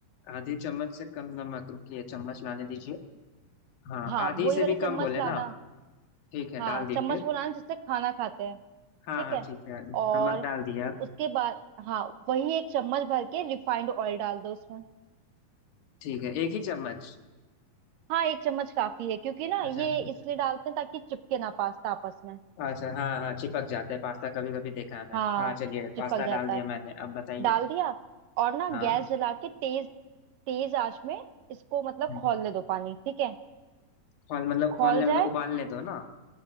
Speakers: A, on the left (about 75°); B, on the right (about 75°).
A: आधी चम्मच से कम नमक रुकिए चम्मच लाने दीजिए हाँ
B: हाँ
A: आधी
B: वही
A: से
B: वाली
A: भी
B: चम्मच
A: कम बोले
B: लाना
A: ना ठीक है
B: हाँ
A: डाल दी
B: चम्मच
A: फिर
B: वो लाना जिससे खाना खाते हैं
A: हाँ
B: ठीक
A: हाँ
B: है
A: ठीक है नमक
B: और
A: डाल दिया
B: उसके बाद हाँ वही एक चम्मच भर के रिफाइंड ऑयल डाल दो उसमें
A: ठीक है एक ही चम्मच
B: हाँ एक चम्मच काफी है क्योंकि ना ये
A: अच्छा ठीक
B: इसलिए
A: है
B: डालते हैं ताकि चिपके ना पास्ता आपस में
A: अच्छा हाँ हाँ चिपक जाता है पास्ता कभी कभी देखा है मैंने
B: हाँ
A: हाँ चलिए
B: चिपक
A: पास्ता
B: जाता
A: डाल दिया
B: है
A: मैंने अब बताइए
B: डाल दिया और ना
A: हाँ
B: गैस जला के तेज तेज आंच में इसको मतलब
A: हम्म।
B: खौलने दो पानी ठीक है
A: खोल मतलब
B: खौल
A: खोलने
B: जाए
A: मतलब उबालने दो ना